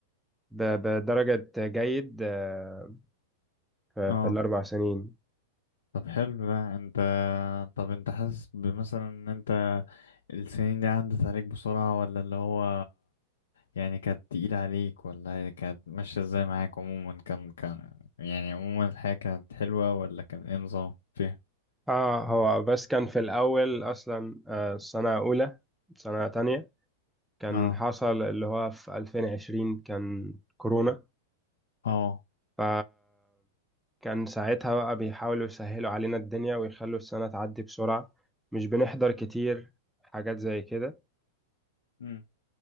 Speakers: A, in the centre; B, on the left (about 80°).
A: ب- بدرجة جيد آه، في
B: اه
A: في الأربع سنين
B: طب حلو ده انت طب انت حاسس بمثلا ان انت السنين دي عدت عليك بسرعة ولا اللي هو يعني كانت تقيلة عليك ولا هي كانت ماشية ازاي معاك عموما كان كان يعني عموما الحياة كانت حلوة ولا كان ايه نظام فيها
A: اه هو بس كان في الأول أصلا آه، سنة أولى سنة تانية كان
B: اه
A: حصل اللي هو في 2020 كان كورونا
B: اه
A: ف كان ساعتها بقى بيحاولوا يسهلوا علينا الدنيا ويخلوا السنة تعدي بسرعة مش بنحضر كتير حاجات زي كده
B: امم